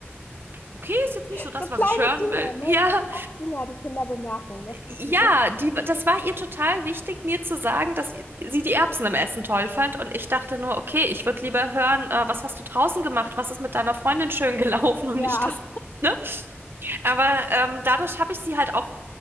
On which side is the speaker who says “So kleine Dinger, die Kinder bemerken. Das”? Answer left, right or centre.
Left